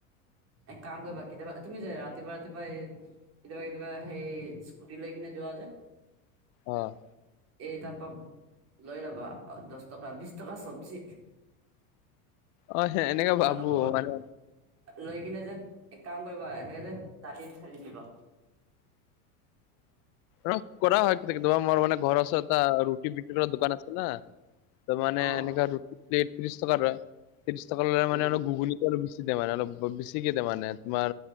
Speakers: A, on the right (about 35°); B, on the left (about 45°).
A: এক কাম কৰিবা কেতিয়াবা তুমি যে ৰাতিপুৱা ৰাতিপুৱাই কেতিয়াবা কেতিয়াবা সেই স্কুটি লৈ কিনে যোৱা যে।
B: অ'।
A: এই তাৰপা লৈ লবা দহ টকা বিশ টকা চবজি।
B: অ' সে এনেকে
A: অকমান
B: ভাবো
A: অকমান।
B: মানে
A: লৈ কিনে যেন এক কাম কৰিবা এনেকে যে কাটি ঢালি দিবা।
B: অ' কৰা হয় কেতিয়া কেতিয়া মোৰ মানে ঘৰৰ ওচৰত এটা ৰুটি বক্ৰী কৰাৰ দোকান আছে না - ত' মানে
A: অ
B: এনেকা ৰুটি প্লেট ত্ৰিশ টকাৰ লয়, ত্ৰিশ টকা লয় মানে
A: উম
B: আৰু ঘুগুনি বেছি দিয়ে মানে অলপ বেছিকে দিয়ে মানে তোমাৰ